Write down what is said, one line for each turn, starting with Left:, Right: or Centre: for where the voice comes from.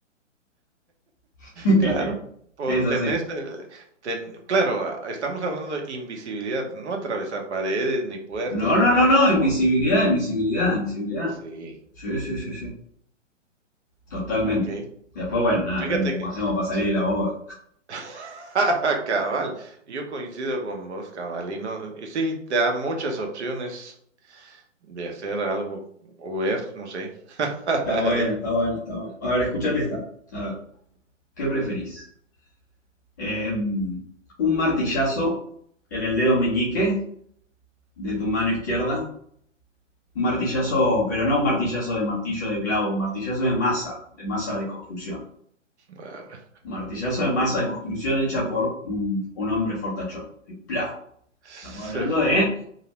Left: <laughs>
Right: Claro, po
Left: Es así.
Right: tenés el ten claro, ah, estamos hablando de invisibilidad, no atravesar paredes, ni puertas,
Left: No,
Right: ni
Left: no,
Right: nada
Left: no, no.
Right: tampoco.
Left: Invisibilidad, invisibilidad, invisibilidad.
Right: Sí,
Left: Sí, sí, sí, sí. Totalmente.
Right: okey.
Left: Después,
Right: Em,
Left: bueno, nada,
Right: fíjate
Left: vemos cómo
Right: que
Left: hacemos para salir
Right: sí.
Left: de la boda.
Right: <laughs> Cabal, yo coincido con vos, cabal, y no y sí, te da muchas opciones de hacer algo o ver, no sé. <laughs>
Left: Está
Right: Es-
Left: bueno, está bueno, está bueno. A ver, escuchate esta. A ver, ¿qué preferís? Eh, un martillazo en el dedo meñique de tu mano izquierda. Un martillazo, pero no un martillazo de martillo de clavo, un martillazo de masa, de masa de construcción.
Right: ah, bueno,
Left: Un martillazo de masa de construcción hecha por un, un hombre fortachón. Y ¡plá!
Right: Sí.
Left: Estamos hablando de.